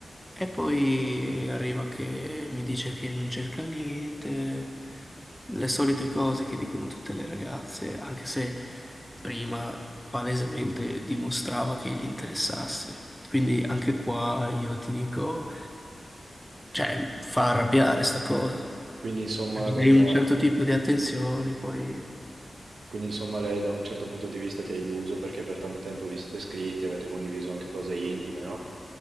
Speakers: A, in the centre; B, on the right.
A: E poi arriva che mi dice che non cerca niente, le solite cose che dicono tutte le ragazze, anche se prima palesemente dimostrava che gli interessasse. Quindi anche qua io ti dico, cioè, fa arrabbiare sta cosa.
B: quindi insomma,
A: Cioè, Mi
B: lei
A: dai
B: ti
A: un
B: ha-
A: certo tipo di attenzioni, poi...
B: quindi insomma lei da un certo punto di vista ti ha illuso perché per tanto tempo vi siete scritti, avete condiviso anche cose intime, no?